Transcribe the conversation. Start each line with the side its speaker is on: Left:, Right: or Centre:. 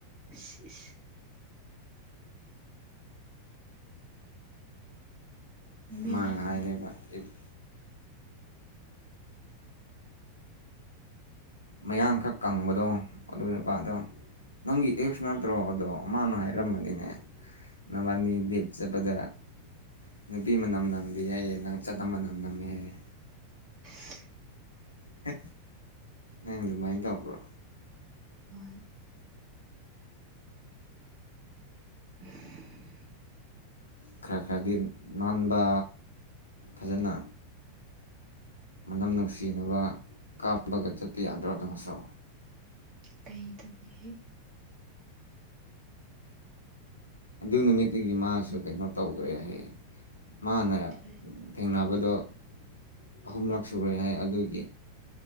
Right: ꯁꯤꯁ ꯃꯃꯤꯡ
Left: ꯃꯥꯅ
Right: ꯍꯥꯏꯌꯨꯅꯦ
Left: ꯍꯥꯏꯌꯦꯕ ꯑꯩꯕꯨ ꯃꯌꯥꯡ ꯈꯔ ꯀꯪꯕꯗꯣ ꯑꯗꯨꯢ ꯅꯨꯄꯥꯗꯣ ꯅꯪꯒꯤ ꯑꯦꯛꯁ ꯅꯠꯇ꯭ꯔꯣ ꯑꯗꯣ ꯃꯥꯅ ꯍꯥꯏꯔꯝꯕꯅꯤꯅꯦ ꯅꯕꯥꯟꯅꯤ ꯗꯦꯠ ꯆꯠꯄꯗꯥ ꯅꯨꯄꯤ ꯃꯅꯝ ꯅꯝꯗꯦ ꯍꯥꯏꯌꯦ ꯅꯪ ꯆꯅꯝ ꯃꯅꯝ ꯅꯝꯃꯦ ꯍꯥꯏꯌꯦ
Right: <inaudible>
Left: ꯍꯦ ꯅꯪ ꯑꯗꯨꯃꯥꯏꯟ ꯇꯧꯕ꯭ꯔꯣ
Right: ꯍꯣꯏ <inaudible>
Left: ꯈꯔ ꯈꯔꯗꯤ ꯅꯥꯟꯕ ꯐꯖꯅ ꯃꯅꯝ ꯅꯨꯡꯁꯤꯅꯕ ꯀꯥꯞꯄꯒ ꯆꯠꯄ ꯌꯥꯗ꯭ꯔꯣ ꯅꯪꯁꯨ
Right: ꯀꯩ ꯇꯧꯕꯒꯤ
Left: ꯑꯗꯨ ꯅꯨꯃꯤꯠꯇꯒꯤ ꯃꯥꯁꯨ ꯀꯩꯅꯣ ꯇꯧꯒ꯭ꯔꯦ ꯍꯥꯏꯌꯦ ꯃꯥꯅ
Right: ꯀꯔꯤ
Left: ꯊꯦꯡꯅꯕꯗꯣ ꯑꯍꯨꯝꯂꯛ ꯁꯨꯔꯦ ꯍꯥꯏ ꯑꯗꯨꯒꯤ